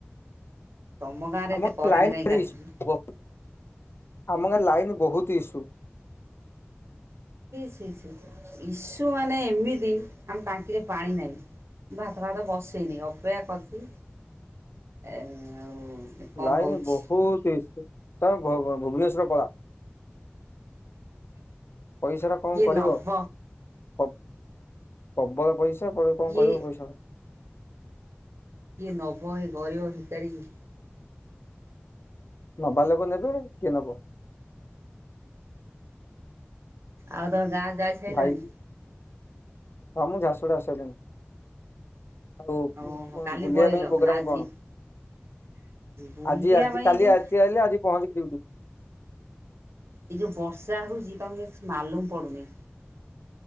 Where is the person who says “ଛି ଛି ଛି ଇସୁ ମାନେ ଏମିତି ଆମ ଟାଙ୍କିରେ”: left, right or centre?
Right